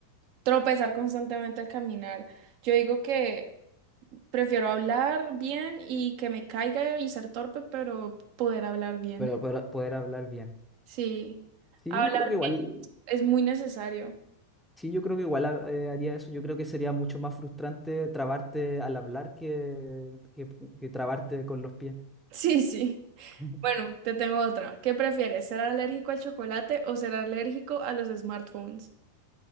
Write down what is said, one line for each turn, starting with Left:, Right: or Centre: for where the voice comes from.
Right: Tropezar constantemente al caminar. Yo digo que Prefiero hablar bien y que me caiga y ser torpe, pero poder hablar bien.
Centre: pero poder, poder hablar bien.
Right: Sí,
Centre: Sí,
Right: hablar
Centre: yo creo que igual,
Right: bien es muy necesario. <laughs>
Centre: sí, yo creo que igual ha- eh, haría eso. Yo creo que sería mucho más frustrante trabarte al hablar que, que, que trabarte con los pies.
Right: Sí, sí.
Centre: <laughs>
Right: Bueno, te tengo otra. ¿Qué prefieres, ser alérgico al chocolate o ser alérgico a los smartphones?